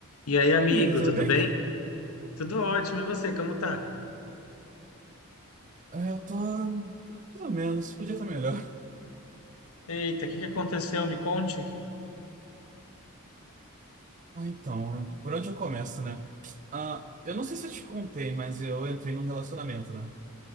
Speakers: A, on the left; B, on the right.
A: E aí, amigo,
B: Oi, amigo, tudo
A: tudo
B: bem?
A: bem? Tudo ótimo, e você, como tá?
B: É, eu tô mais ou menos, podia estar melhor.
A: Eita, o que que aconteceu? Me conte.
B: Ah, então, né? por onde eu começo, né? Ah, eu não sei se eu te contei, mas eu entrei num relacionamento, né?